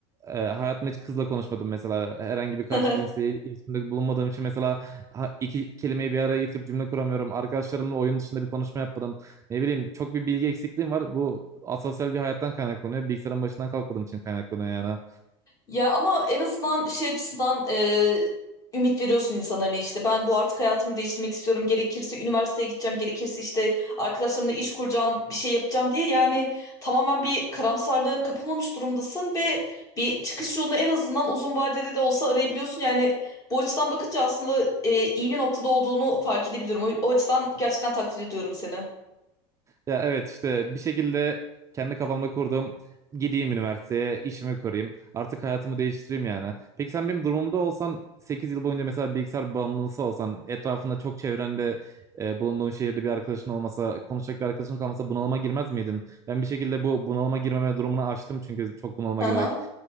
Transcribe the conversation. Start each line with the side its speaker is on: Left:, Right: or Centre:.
Right: e, hayatımda hiç kızla konuşmadım mesela herhangi bir karşı
Left: <laughs>
Right: cinsle il- iletişimde bulunmadığım için mesela ha- iki kelimeyi bir araya getirip cümle kuramıyorum arkadaşlarımla oyun dışında bir konuşma yapmadım ne bileyim çok bir bilgi eksikliğim var bu asosyal bir hayattan kaynaklanıyor bilgisayarın başından kalkmadığım için kaynaklanıyor yani
Left: Ya ama en azından şey açısından e, ümit veriyorsun insana hani işte ben bu artık hayatımı değiştirmek istiyorum gerekirse üniversiteye gideceğim gerekirse işte arkadaşlarımla iş kuracağım bir şey yapacağım diye yani tamamen bir karamsarlığa kapılmamış durumdasın ve bir çıkış yolunu en azından uzun vadede de olsa arayabiliyorsun yani bu açıdan bakınca aslında e, iyi bir noktada olduğunu fark edebiliyorum o, o açıdan gerçekten takdir ediyorum seni.
Right: Ya evet işte bir şekilde kendi kafamda kurdum. Gideyim üniversiteye, işimi kurayım. Artık hayatımı değiştireyim yani. Peki sen benim durumumda olsan 8 yıl boyunca mesela bilgisayar bağımlısı olsan, etrafında çok çevrende e, bulunduğun şehirde bir arkadaşın olmasa, konuşacak bir arkadaşın kalmasa bunalıma girmez miydin? Ben bir şekilde bu bunalıma girmeme durumunu aştım çünkü çok bunalıma
Left: Hı hı.
Right: girerek.